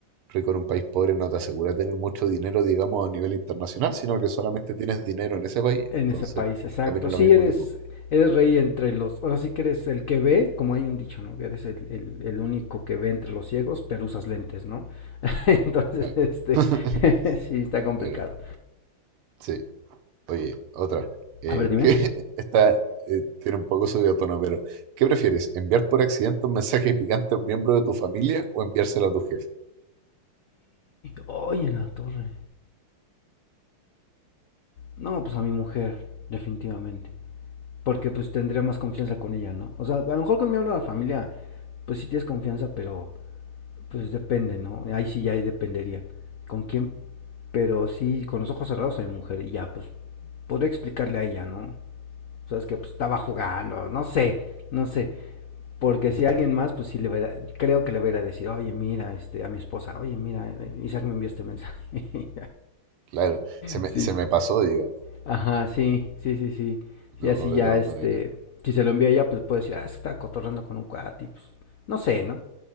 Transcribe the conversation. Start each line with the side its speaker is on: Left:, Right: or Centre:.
Right: rico en un país pobre no te asegura tener mucho dinero, digamos, a nivel internacional, sino que solamente tienes dinero en ese país.
Left: en
Right: Entonces,
Left: ese país, exacto.
Right: opino lo
Left: Sí,
Right: mismo
Left: eres,
Right: que tú.
Left: eres rey entre los... Ahora sí que eres el que ve, como hay un dicho, ¿no? Que eres el, el, el, único que ve entre los ciegos, pero usas lentes, ¿no? <laughs> Entonces,
Right: Claro.
Left: este,
Right: <laughs>
Left: <laughs> sí, está complicado.
Right: Claro. Sí, oye, otra. Eh,
Left: A ver, dime.
Right: que <laughs> esta eh, tiene un poco subido de tono, pero ¿qué prefieres? ¿Enviar por accidente un mensaje picante a un miembro de tu familia o enviárselo a tu jefe?
Left: Oye, en la torre. No, pues a mi mujer, definitivamente porque pues tendría más confianza con ella, ¿no? O sea, a lo mejor con miembro de la familia, pues sí tienes confianza, pero Pues depende, ¿no? Ahí sí ya ahí dependería. ¿Con quién? Pero sí, con los ojos cerrados a mi mujer. Y ya, pues, podría explicarle a ella, ¿no? Sabes que pues, estaba jugando, no sé, no sé. Porque si alguien más, pues sí le verá, creo que le verá decir, oye, mira, este, a mi esposa, oye, mira, Isaac me envió este mensaje. <laughs>
Right: Claro, se me,
Left: sí,
Right: se me pasó, digamos.
Left: ajá, sí, sí, sí, sí.
Right: No,
Left: Y así
Right: de
Left: ya,
Right: todas
Left: este,
Right: maneras.
Left: si se lo envía a ella, pues puede decir, ah, se está cotorrando con un cuate, y, pues, no sé, ¿no?